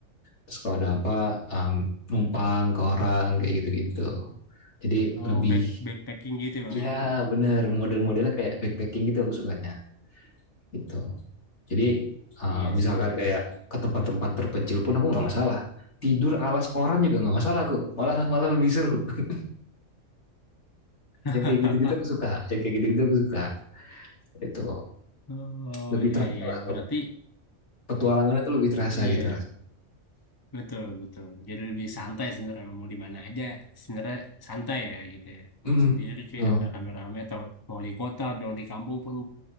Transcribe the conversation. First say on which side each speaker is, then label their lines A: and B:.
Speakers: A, on the left (about 65°); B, on the left (about 20°).
A: Terus kalau ada apa em, numpang ke orang kayak gitu-gitu. Jadi
B: oh,
A: lebih
B: back backpacking gitu Bang
A: ya
B: ya
A: benar model-modelnya kayak backpacking gitu aku sukanya gitu. Jadi uh,
B: iya
A: misalkan
B: sih Bang
A: kayak ke tempat-tempat terpencil pun aku nggak masalah. Tidur alas koran juga nggak masalah aku. Malah malah lebih seru. <laughs>
B: <laughs>
A: Yang kayak gitu-gitu aku suka. Yang kayak gitu-gitu aku suka. Itu
B: oh
A: lebih
B: iya
A: terasa
B: iya
A: lah.
B: berarti
A: Petualangannya tuh lebih terasa
B: iya
A: gitu.
B: Betul, betul. Jadi lebih santai sebenarnya mau di mana aja sebenarnya santai ya gitu ya.
A: Hmm.
B: Mau sendiri kayak
A: Tuh.
B: atau rame-rame atau mau di kota atau di kampung pun